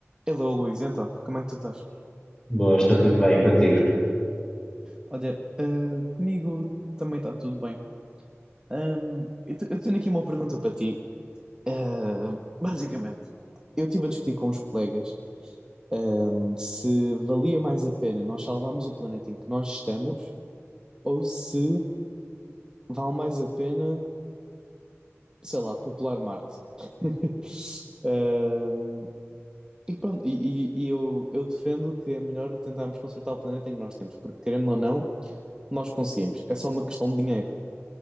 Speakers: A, on the right (about 15°); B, on the left (about 15°).
A: Hello, Luís, então, como é que tu estás?
B: Boa, está tudo bem contigo.
A: Olha, ah, comigo também está tudo bem. Ahm, eu, te- eu tenho aqui uma pergunta para ti. Ah, basicamente, eu estive a discutir com os colegas, ahm, se valia mais a pena nós salvarmos o planeta em que nós estamos ou se vale mais a pena, sei lá, popular Marte. <laughs> Ahm, e pronto, e, e- e eu, eu defendo que é melhor tentarmos consertar o planeta em que nós temos, porque querendo ou não. Nós conseguimos, é só uma questão de dinheiro.